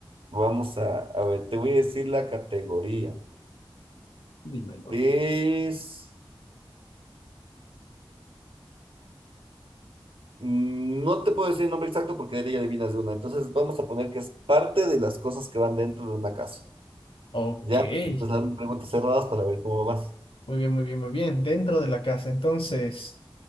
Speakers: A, on the right; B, on the left.
A: vamos a, a ver, te voy a decir la categoría.
B: dímelo.
A: Es, mm, no te puedo decir el nombre exacto porque de ella adivinas de una. Entonces vamos a poner que es parte de las cosas que van dentro de una casa.
B: Ok,
A: Ya,
B: muy
A: entonces hazme preguntas cerradas para ver cómo vas.
B: bien, muy bien, muy bien. Dentro de la casa, entonces,